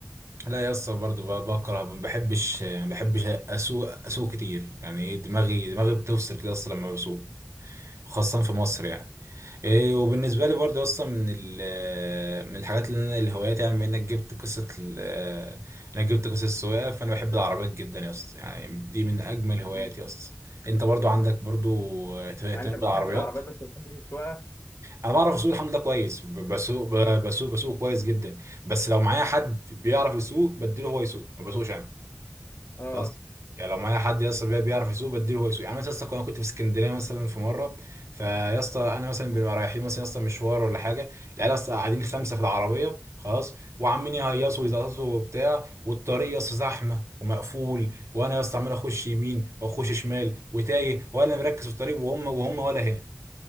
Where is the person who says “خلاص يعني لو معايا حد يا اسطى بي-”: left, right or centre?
Right